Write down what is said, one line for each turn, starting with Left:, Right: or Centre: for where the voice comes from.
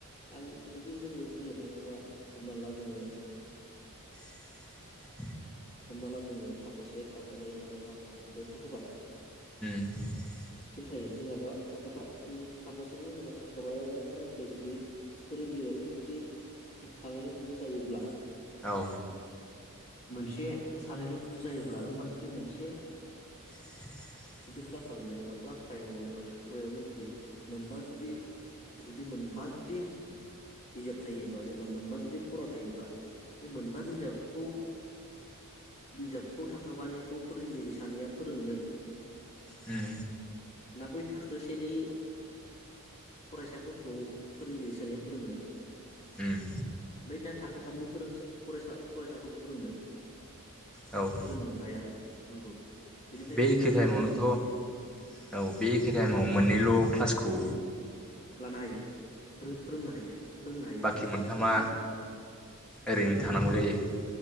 Left: आं जुदि जोङो बुंनो थाङोब्ला हमना ला जोङो
Centre: <inaudible>
Left: हमना ला जोङो थाखो से थाखो नै थाखो थाम थाखो ब्रै थाखो बा
Centre: <inaudible>
Left: सिम थायो जेनाबा थाखो थामनि थाखोसेनि जोंना थाखाबायालागै जुदि फोरोंगिरियानो जुदि सानैल' जुदि जायोब्ला
Centre: औ
Left: मोनसे सानैल' जुदि जायोब्ला हबा जुदि मोनसे
Centre: <unintelligible>
Left: जुदि क्लासावनो एबा क्लास फाइभआवनो एबा थाखोबायावनो जुदि मोनबा जुदि जुदि मोन मोनबा जुदि बिजाब थायोबा जेनेबा मोनबा जुदि खरा थायोबा बे मोनबा बिजाबखौ बिजाबखौ थाखोबानायखौ फोरोंगिरि सानैया फोरोंनो
Centre: उम
Left: ना बै थाखोसेनि फरायसाफोरखौ फोरोंगिरि स सानैया फोरोंनो
Centre: उम
Left: बै ना थाखोथामनि फोर फरायसाफोरखौ फोरोंनो
Centre: औ औ
Left: फोरोंनो हाया नंगौ बेनिखायनो
Centre: बे
Left: माखासे
Centre: एखे लाइनाव
Left: जेंना
Centre: नोथ
Left: जेंसि
Centre: औ' बे एखे लाइनाव मोननैल' क्लासखौ
Left: लानो हायो फोरोंनो हायो फोरोंनो हायो
Centre: बाखि मोनथामा
Left: ओंखायनो
Centre: ओरैनो
Left: बाखि
Centre: थानांगौ
Left: मोनथामा
Centre: जायो